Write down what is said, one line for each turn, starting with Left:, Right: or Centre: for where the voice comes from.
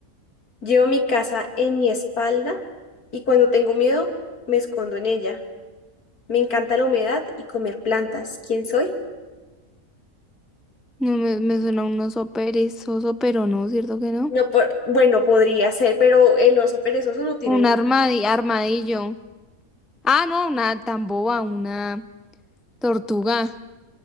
Left: Llevo mi casa en mi espalda y cuando tengo miedo me escondo en ella. Me encanta la humedad y comer plantas. ¿Quién soy?
Centre: No me, me suena un oso perezoso, pero no, ¿cierto que no?
Left: No, por... bueno, podría ser, pero el oso perezoso no tiene
Centre: Un
Left: una.
Centre: armadi- armadillo. Ah, no, una tan boba, una tortuga.